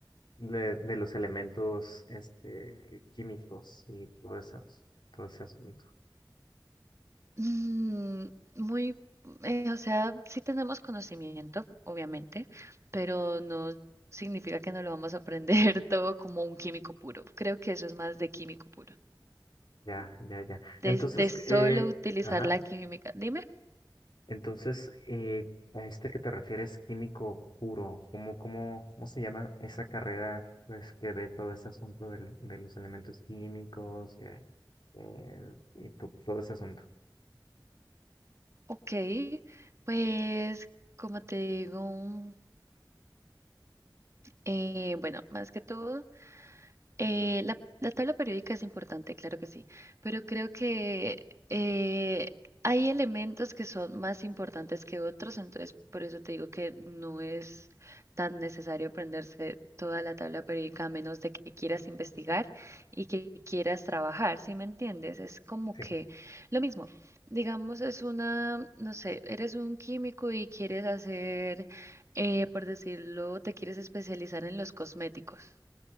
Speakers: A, on the left; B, on the right.
A: de, de los elementos, este, químicos y todo eso, todo ese asunto.
B: Mm, muy, eh, o sea, sí tenemos conocimiento, obviamente, pero no significa que no lo vamos a aprender <laughs> todo como un químico puro. Creo que eso es más de químico puro.
A: Ya, ya, ya.
B: De,
A: Entonces,
B: de solo
A: eh,
B: utilizar
A: ajá.
B: la química. Dime,
A: Entonces, eh, a este que te refieres, químico puro, ¿cómo, cómo, cómo se llama esa carrera pues, que ve todo ese asunto del- de, los elementos químicos eh, eh, y to- todo ese asunto?
B: ok, pues como te digo, Eh, bueno, más que todo, eh, la, la tabla periódica es importante, claro que sí, pero creo que eh, hay elementos que son más importantes que otros, entonces por eso te digo que no es tan necesario aprenderse toda la tabla periódica a menos de que quieras investigar y que quieras trabajar, ¿sí me entiendes? Es como
A: Sí,
B: que lo mismo, digamos, es una, no sé, eres un químico y quieres hacer, eh, por decirlo, te quieres especializar en los cosméticos.